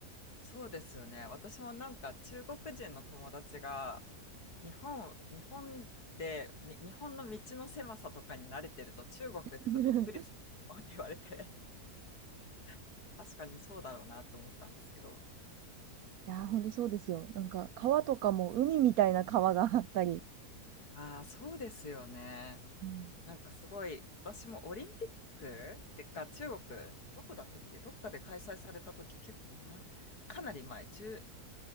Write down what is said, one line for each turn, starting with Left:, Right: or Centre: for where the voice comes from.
Left: そうですよね。私もなんか中国人の友達が日本、日本で、み日本の道の狭さとかに慣れてると中国行くとびっくりするって言われて、
Right: <laughs>
Left: <laughs> 確かにそうだろうなと思ったんですけど。
Right: いやー、ほんとそうですよ。なんか、川とかも海みたいな川があったり。
Left: ああ、そうですよね。
Right: うん。
Left: なんかすごい、私もオリンピックってか中国、どこだったっけどっかで開催された時結構なん、かなり前、1